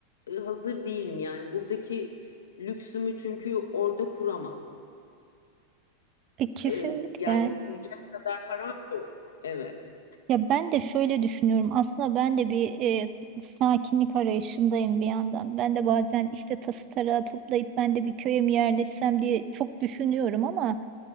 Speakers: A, on the left (about 65°); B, on the right (about 35°).
A: e, hazır değilim. Yani buradaki lüksümü çünkü orada kuramam.
B: E, kesinlikle.
A: E, yani kuracak param yok. Evet.
B: Ya ben de şöyle düşünüyorum. Aslında ben de bir e, sakinlik arayışındayım bir yandan. Ben de bazen işte tası tarağı toplayıp ben de bir köye mi yerleşsem diye çok düşünüyorum ama